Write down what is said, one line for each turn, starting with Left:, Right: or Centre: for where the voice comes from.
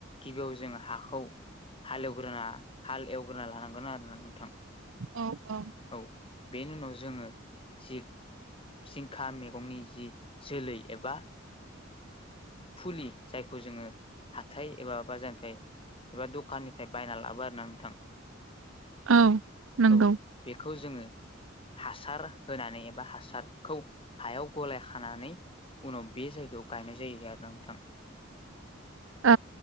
Left: गिबियाव जों हाखौ हाल एवग्रोना हाल एवग्रोना लानांगोन आरोना नोंथां।
Right: औ औ
Left: औ बेनि उनाव जोङो थिग जिंखा मैगंनि जि जोलै एबा फुलि जायखौ जोङो हाथाय एबा बाजारनिफ्राय एबा दखाननिफ्राय बायना लाबो आरो ना नोंथां।
Right: औ नंगौ।
Left: औ बेखौ जोङो हासार होनानै एबा हासारखौ हायाव गलाय खानानै उनाव बे जायगायाव गायनाय जायो आरो ना नोंथां।
Right: औ